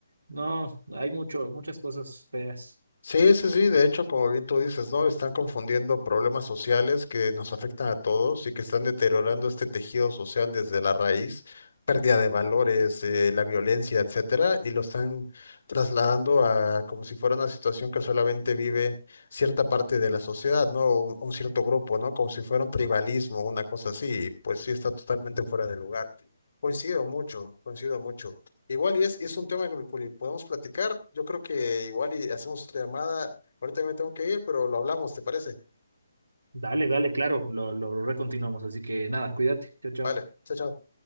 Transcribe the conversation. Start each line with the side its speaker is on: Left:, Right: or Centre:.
Right: no, hay mucho, muchas cosas feas.
Left: Sí, sí, sí, de hecho, como bien tú dices, ¿no? Están confundiendo problemas sociales que nos afectan a todos y que están deteriorando este tejido social desde la raíz, pérdida de valores, eh, la violencia, etcétera, y lo están trasladando a como si fuera una situación que solamente vive cierta parte de la sociedad, ¿no? Un, un cierto grupo, ¿no? Como si fuera un tribalismo, una cosa así, y pues sí está totalmente fuera de lugar. Coincido mucho, coincido mucho. Igual y es, es un tema que poli- podemos platicar. Yo creo que igual y hacemos otra llamada. Ahorita me tengo que ir, pero lo hablamos, ¿te parece?
Right: Dale, dale, claro, lo, lo recontinuamos. Así que nada, cuídate. Chao, chao.
Left: Vale, chao, chao.